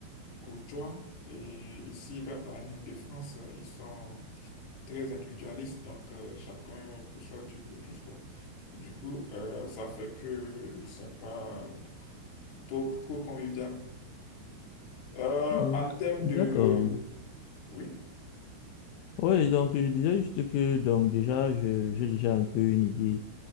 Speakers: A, on the left; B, on the left.
A: courtois. Et ici, par exemple, en Île-de-France, ils sont très individualistes, donc euh, chacun pour soi, Dieu pour tous, quoi. Et du coup, euh, ça fait que c'est pas trop, trop convivial. Euh,
B: hmm,
A: en termes
B: D'accord.
A: de... Oui.
B: Oui, donc je disais juste que donc déjà je- j'ai déjà un peu une idée